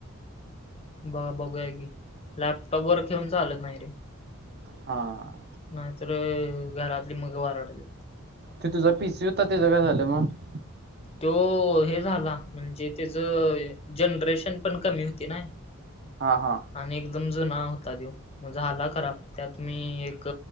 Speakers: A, on the left; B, on the right.
A: बघं बघूंया की लॅपटॉप वरं घेऊन चालतं नाहीं ते
B: हां
A: नाहीं तरं घरांतली मंग वोरडत्यांतं
B: तिथूं जरं पिसीव होतं त्यांचं कायं झालं मंग
A: तो हे झांला म्हणजे त्यांचं जनरेशन पणं कमी होतं नां
B: हां हां
A: आणि एकदंम जुंना होता तो मंग झांला खरांब त्यांत मी एक